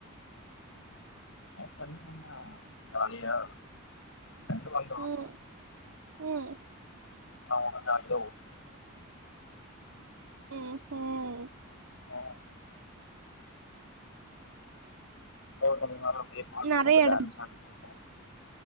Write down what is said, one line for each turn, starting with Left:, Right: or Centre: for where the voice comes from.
Left: நேத்து என்ன பண்ண ஜாலியா ஃப்ரெண்டு வந்தான்
Right: ம் ம்
Left: நா ஒங்க சேனலுவு <unintelligible>
Right: ம்ஹும்
Left: ம் எப்பாவ்து பாத்தீங்கன்னா அப்டியே பாட்டு
Right: நெறைய
Left: போட்டு டான்ஸ் ஆடிட்டுருப்போ